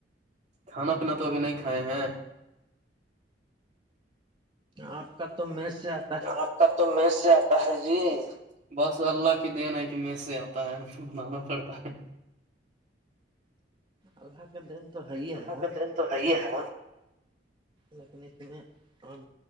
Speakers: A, on the right (about 45°); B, on the right (about 30°).
A: کھانا پینا تو ابھی نہیں کھائے ہیں
B: آپ کا تو می سے آ
A: آپ کا تو میز سے جی بس اللہ کی دین ہے کہ میں سے آتا ہے ان بنانا پڑتا ہے
B: اللہ کا دین تو ہے ہی
A: خدا
B: ہے
A: کا دین تو ہے ہی ہے
B: لیکن اس میں ہم